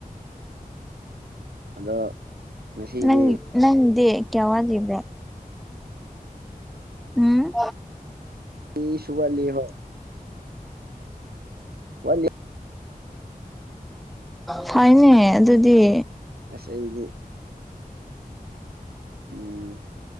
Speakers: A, on the right; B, in the centre.
A: ꯑꯗꯣ ꯉꯁꯤꯗꯤ
B: ꯅꯪ ꯅꯪꯗꯦ ꯀꯌꯥꯋꯥꯗ ꯏꯕ꯭ꯔꯣ ꯎꯝ
A: ꯀꯔꯤꯁꯨ ꯋꯥꯠꯂꯤ ꯍꯣꯏ ꯋꯥ
B: ꯐꯩꯅꯦ ꯑꯗꯨꯗꯤ
A: ꯀꯗꯤ ꯎꯝ